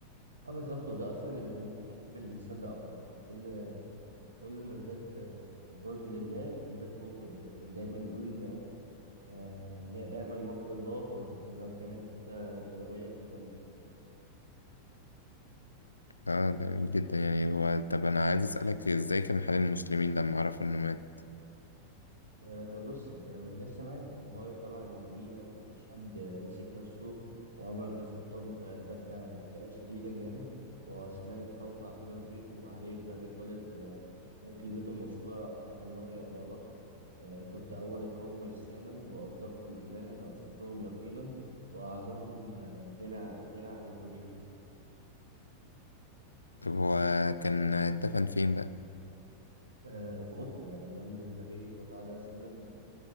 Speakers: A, on the right; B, on the left.
A: أه بالظبط وده أصلا اللي بيخليك تحب الإنسان ده أكتر يعني كل كل ما ازداد آه، قرب لله ازداد خوفه يعني كان دايما يقول آه، لا آمن مكر الله و- ولو كانت إحدى قدمي في الجنة
B: اه جميل جدا يعني هو طب أنا عايز أسألك إزاي كان حال المسلمين لما عرفوا إنه مات
A: أه، بص يعني لما الناس سمعت انهارت طبعا المدينة ومفيش حد أه، مسك نفسه وعمر بن الخطاب أه، بكى بكاء شديدا يعني وعثمان اتقوقع كده في بيته وعلي بن أبي طالب أه، قال كلمته المشهورة رحمك الله يا أبا بكر أه، كنت أول القوم إسلاما وأصدقهم إيمانا وأشدهم يقينا وأعظمهم أه، غنى ع- غنى عن الدنيا
B: طب هو كان اتدفن فين بقى؟
A: أه، في أوضته يعني جنب النبي صلى الله عليه وسلم